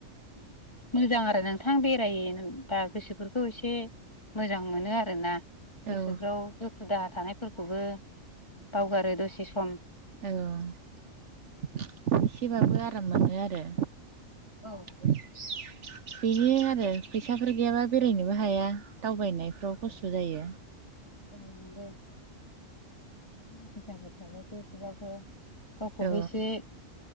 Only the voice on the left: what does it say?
मोजां आरो नोंथां बेरायबा गोसोफोरखौ एसे मोजां मोनो आरो ना
गोसोफ्राव दुखु दाहा थानायफोरखौबो बावगारो दसे सम
औ
औ नंगौ <unintelligible> एसेबाबो गावखौबो
एसे